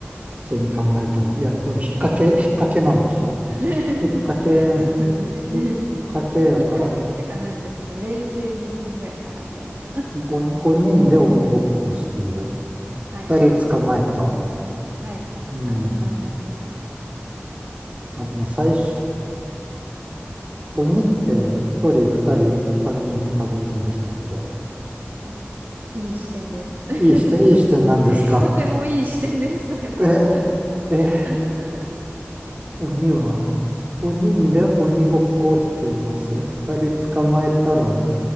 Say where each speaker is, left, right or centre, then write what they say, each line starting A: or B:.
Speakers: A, on the right; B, on the right.
A: 普通に考えたら。いや、でも引っ掛け、
B: <laughs> お。
A: 引っ掛けなんでしょ
B: <laughs>
A: 引っ掛け、
B: そうですね。<laughs>
A: 引っ掛けやから
B: 引っ掛けってかなんかちょっと冷静に考えたらみたいな。
A: 5、5人で鬼ごっこをしている。
B: <laughs> はい。
A: 2人捕まえた。
B: はい。
A: うん。
B: あと何人ですか
A: あ、でも最初、鬼って1人、2人、3人って数えるんでしたっけ
B: あ、いい視点です。<laughs>
A: いい視点、いい視点なんですか。
B: とてもいい視点です、それは。
A: え、
B: <laughs>
A: え、鬼は、5人で鬼ごっこをしています。2人捕まえたら
B: はい、